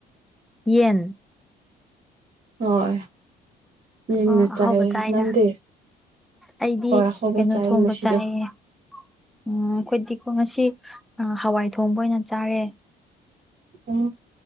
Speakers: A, in the centre; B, on the right (about 50°).
A: ꯌꯦꯟ
B: ꯍꯣꯏ ꯌꯦꯟꯒ
A: ꯑꯣ ꯑꯍꯥꯎꯕ
B: ꯆꯥꯏꯌꯦ
A: ꯆꯥꯏꯅ
B: ꯅꯪꯗꯤ
A: ꯑꯩꯗꯤ
B: ꯍꯣꯏ ꯍꯋꯥꯏ
A: ꯀꯩꯅꯣ
B: ꯆꯥꯏꯌꯦ
A: ꯊꯣꯡꯕ
B: ꯉꯁꯤꯗꯣ
A: ꯆꯥꯏꯑꯦ ꯎꯝ ꯑꯩꯈꯣꯏꯗꯤꯀꯣ ꯉꯁꯤ ꯍꯋꯥꯏ ꯊꯣꯡꯕ ꯑꯣꯏꯅ ꯆꯥꯔꯦ
B: ꯎꯝ